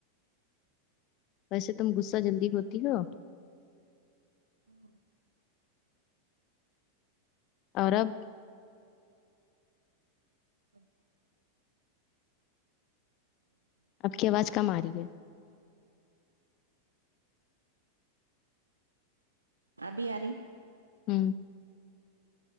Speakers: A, on the left; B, on the right.
A: ویسے تم غصہ جلدی ہوتی ہو
B: ہے۔
A: اور اب
B: کنٹرول کر ہری
A: آپ کی آواز کم آ رہی ہے
B: ابھی آ رہے
A: ہوں